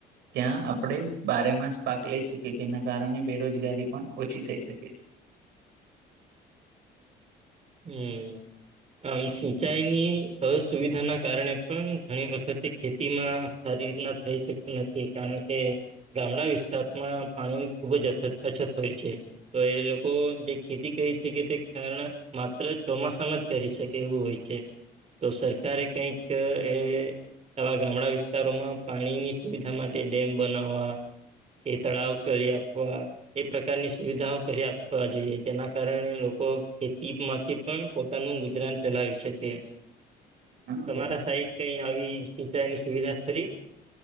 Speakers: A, on the right; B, on the right.
A: ત્યાં આપણે બારે માસ પાક લઈ શકીએ જેના કારણે બેરોજગારી પણ ઓછી થઈ શકે છે.
B: હમ. આમ સિંચાઈની અસુવિધા ના કારણે પણ ઘણી વખતે ખેતીમાં. રીતના થઈ શક્યું નથી કારણ કે ગામડા વિસ્તારોમાં પાણીની ખુબ જ અછત અછત હોય છે તો એ લોકો જે ખેતી કરી શકે તે કારણ માત્ર ચોમાસામાં જ કરી શકે એવું હોય છે. તો સરકારે કંઈક અ એ આવા ગામડા વિસ્તારોમાં પાણીની સુવિધા માટે ડેમ બનાવવા કે તળાવ કરી આપવા એ પ્રકારની સુવિધાઓ કરી આપવા જોઈએ જેના કારણે લોકો ખેતીમાંથી પણ પોતાનું ગુજરાન ચલાવી શકે.
A: હા,
B: તમારા સાઈટ કઈ આવી સિંચાઈની સુવિધા ખરી